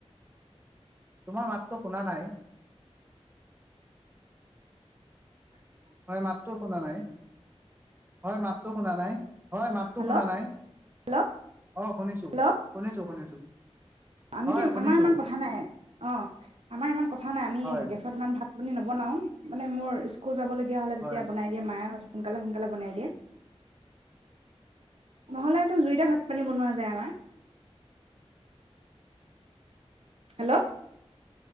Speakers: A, on the right; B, on the right.
A: তোমাৰ মাতটো শুনা নাই। হয় মাতটো শুনা নাই, হয় মাতটো শুনা নাই। হয়, মাতটো
B: হেল্ল'
A: শুনা নাই।
B: হেল্ল'
A: অ, শুনিছো,
B: হেল্ল'
A: শুনিছো, শুনিছো।
B: আমিতো
A: হয় শুনিছো
B: আমাৰ ইমান কথা নাই। অ, আমাৰ ইমান কথা নাই, আমি
A: হয়
B: গেছ তাত ইমান ভাত - পানী নবনাও? মানে মোৰ স্কুল যাবলগীয়া হলে
A: হয়
B: তেতিয়া বনায় দিয়ে মায়ে, সোনকালে - সোনকালে বনাই দিয়ে। নহ'লেতো দুুইটা ভাত - পানী বনোৱা যায় আমাৰ। হেল্ল?